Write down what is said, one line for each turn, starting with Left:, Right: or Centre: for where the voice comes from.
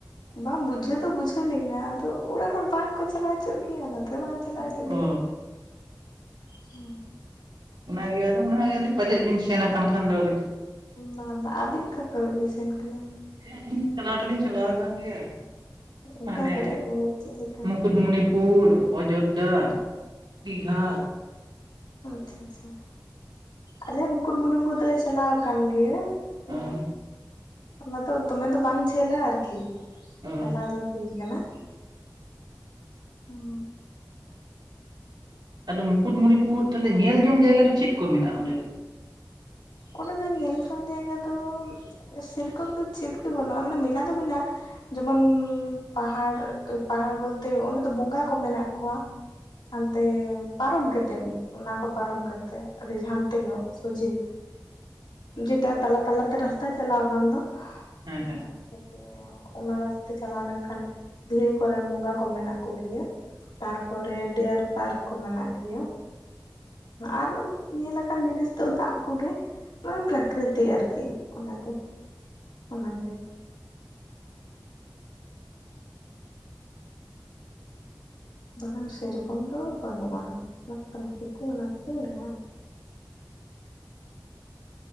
Left: ᱵᱟᱝ ᱵᱩᱡᱷᱟᱹᱣ ᱫᱚ ᱵᱩᱡᱷᱟᱹᱣ ᱞᱤᱧᱟᱹ ᱟᱫᱚ ᱚᱲᱟᱜ ᱦᱚᱲ ᱵᱟᱝᱠᱚ ᱪᱟᱞᱟᱣ ᱦᱚᱪᱚᱜ ᱜᱮᱭᱟ ᱚᱱᱟᱛᱮ ᱵᱟᱝ ᱪᱟᱞᱟᱜ ᱦᱩᱭᱩᱜ
Right: ᱚᱻ
Left: ᱜᱮᱭᱟ ᱦᱩᱸ
Right: ᱚᱱᱟᱜᱮ ᱟᱫᱚ ᱚᱱᱟᱜᱮ ᱯᱟᱪᱮᱫ ᱵᱮᱱ ᱥᱮᱱ ᱟᱠᱟᱱ ᱠᱷᱟᱱ ᱫᱚ ᱠᱟᱹᱴᱤᱡ
Left: ᱵᱟᱝ ᱵᱟᱝ ᱟᱹᱵᱤᱱ ᱚᱠᱟ ᱠᱚᱨᱮᱜ ᱵᱤᱱ ᱥᱮᱱ ᱠᱟᱱᱟ
Right: ᱦᱮᱸ ᱟᱹᱞᱤᱧ ᱪᱟᱞᱟᱣ ᱫᱚ ᱞᱤᱧ ᱪᱟᱞᱟᱣ ᱟᱠᱟᱱ ᱜᱮᱭᱟ
Left: ᱚᱠᱟ
Right: ᱢᱟᱱᱮ
Left: ᱠᱚᱨᱮ ᱢᱟᱱᱮ ᱪᱮᱫ ᱞᱮᱠᱟ
Right: ᱢᱩᱠᱩᱴᱢᱩᱱᱤᱯᱩᱨ ᱚᱡᱳᱫᱽᱫᱷᱟ
Left: ᱚ
Right: ᱫᱤᱜᱷᱟ
Left: ᱟᱪᱪᱷᱟ ᱟᱪᱪᱷᱟ ᱟᱞᱮ ᱢᱩᱠᱩᱴᱢᱩᱱᱤᱯᱩᱨ ᱫᱚᱞᱮ ᱪᱟᱞᱟᱣ ᱟᱠᱟᱱ ᱜᱮᱭᱟ
Right: ᱦ
Left: ᱚ
Right: <unintelligible>
Left: ᱚᱱᱟ ᱫᱚ ᱫᱚᱢᱮ ᱫᱚ ᱵᱟᱝ ᱡᱷᱟᱹᱞᱟ ᱟᱨᱠᱤ
Right: ᱚ
Left: ᱪᱟᱞᱟᱣ ᱫᱚ ᱦᱩᱭ ᱠᱟᱱᱟ ᱦᱩᱸ
Right: ᱟᱫᱚ ᱢᱩᱠᱩᱴᱢᱚᱱᱤᱯᱩᱨ ᱛᱟᱦᱞᱮ ᱧᱮᱞ ᱡᱚᱝ ᱡᱟᱭᱜᱟ ᱫᱚ ᱪᱮᱫ ᱠᱚ ᱢᱮᱱᱟᱜᱼᱟ ᱚᱸᱰᱮ ᱫᱚ
Left: ᱚᱸᱰᱮ ᱫᱚ ᱧᱮᱞ ᱡᱚᱝ ᱡᱟᱭᱜᱟ ᱫᱚ ᱥᱮᱨᱚᱠᱚᱢ ᱫᱚ ᱪᱮᱫ ᱜᱮ ᱵᱟᱹᱱᱩᱜᱼᱟ ᱢᱟᱱᱮ ᱢᱮᱱᱟᱜ ᱫᱚ ᱢᱮᱱᱟᱜᱼᱟ ᱡᱮᱢᱚᱱ ᱯᱟᱦᱟᱲ ᱯᱟᱦᱟᱲ ᱵᱚᱞᱛᱮ ᱚᱸᱰᱮ ᱫᱚ ᱵᱚᱸᱜᱟ ᱠᱚ ᱢᱮᱱᱟᱜ ᱠᱚᱣᱟ ᱦᱟᱱᱛᱮ ᱯᱟᱨᱚᱢ ᱠᱟᱛᱮᱫ ᱚᱱᱟ ᱠᱚ ᱯᱟᱨᱚᱢ ᱠᱟᱛᱮᱴᱮᱫ ᱟᱹᱰᱤ ᱦᱟᱱᱛᱮ ᱧᱚᱜ ᱥᱚᱡᱷᱮ ᱡᱮᱴᱟ ᱛᱟᱞᱟ ᱛᱟᱞᱟᱛᱮ ᱨᱟᱥᱛᱟ ᱪᱟᱞᱟᱣ ᱟᱠᱟᱱ ᱫᱚ
Right: ᱦᱮᱸ
Left: ᱚᱱᱟ
Right: ᱦᱮᱸ
Left: ᱨᱟᱛᱟ ᱥᱮ ᱚᱱᱟ ᱨᱟᱥᱛᱟ ᱛᱮ ᱪᱟᱞᱟᱣ ᱞᱮᱱᱠᱷᱟᱱ ᱫᱷᱤᱨᱤ ᱠᱚᱨᱮᱱ ᱵᱚᱸᱜᱟ ᱠᱚ ᱢᱮᱱᱟᱜ ᱠᱚᱜᱮᱭᱟ ᱛᱟᱨᱯᱚᱨᱮ ᱰᱤᱭᱟᱨ ᱯᱟᱨᱠ ᱠᱚ ᱢᱮᱱᱟᱜ ᱜᱮᱭᱟ ᱟᱨ ᱧᱮᱞᱟᱠᱟᱱ ᱡᱤᱱᱤᱥ ᱫᱚ ᱫᱟᱜ ᱠᱚᱜᱮ ᱢᱟᱱᱮ ᱯᱨᱟᱠᱨᱤᱛᱤᱠ ᱟᱨᱠᱤ ᱚᱱᱟ ᱫᱚ ᱚᱱᱟᱜᱮ ᱵᱟᱠᱷᱟᱱ ᱥᱮᱨᱚᱠᱚᱢ ᱫᱚ ᱵᱟᱹᱱᱩᱜᱼᱟ ᱚᱱᱟ ᱯᱨᱟᱠᱨᱤᱛᱤᱠ ᱚᱱᱟ ᱠᱚᱜᱮ ᱢᱮᱱᱟᱜᱼᱟ